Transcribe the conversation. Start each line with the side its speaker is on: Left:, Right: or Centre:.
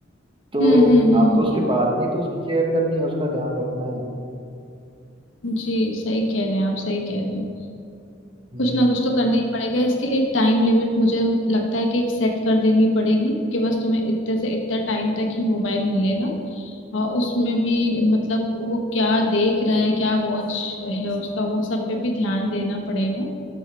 Right: तो
Left: हम्म हम्म हम्म,
Right: आपको उसके बाद में ही तो उसकी केयर करनी है उसका ध्यान रखना है
Left: जी सही कह रहे हैं आप सही कह रहे हैं
Right: हम्म
Left: कुछ ना कुछ तो करना ही पड़ेगा इसके लिए एक टाइम लिमिट मुझे लगता है कि एक सेट कर देनी पड़ेगी कि बस तुम्हें इतने से इतना टाइम तक ही मोबाइल मिलेगा और उसमें भी मतलब वो क्या देख रहा है क्या वॉच है उसका वो सब पे भी ध्यान देना पड़ेगा